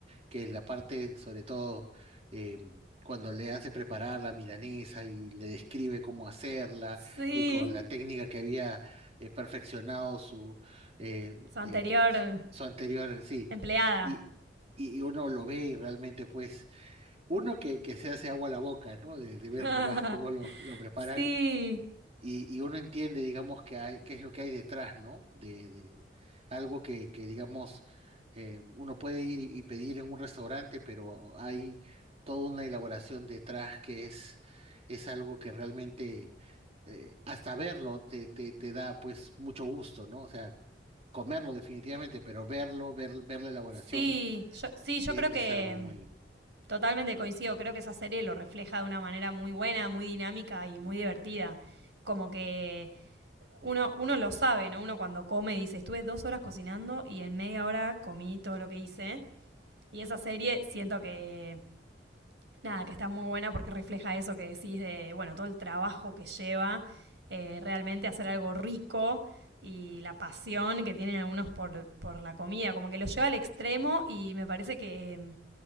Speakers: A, on the right; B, on the right.
A: que es la parte, sobre todo, eh, cuando le hace preparar la milanesa y le describe cómo hacerla
B: Sí.
A: y con la técnica que había eh, perfeccionado su, eh,
B: Su anterior
A: eh, su, su anterior, sí.
B: empleada.
A: Y, y uno lo ve y realmente, pues, uno que, que se hace agua a la boca, ¿no? De, de ver
B: <laughs>
A: nomás cómo lo, lo preparan
B: Sí,
A: y, y uno entiende, digamos, que hay, qué es lo que hay detrás, ¿no? De, de algo que, que digamos, eh, uno puede ir y pedir en un restaurante, pero hay toda una elaboración detrás que es, es algo que realmente, eh, hasta verlo te, te, te da pues mucho gusto, ¿no? O sea, comerlo definitivamente, pero verlo, ver, ver la elaboración
B: sí, yo, sí, yo
A: eh,
B: creo
A: es,
B: que
A: algo muy...
B: mm, totalmente coincido, creo que esa serie lo refleja de una manera muy buena, muy dinámica y muy divertida. Como que uno, uno lo sabe, ¿no? Uno cuando come dice, estuve dos horas cocinando y en media hora comí todo lo que hice. Y esa serie siento que nada, que está muy buena porque refleja eso que decís de, bueno, todo el trabajo que lleva eh, realmente hacer algo rico y la pasión que tienen algunos por, por la comida, como que lo lleva al extremo y me parece que eh,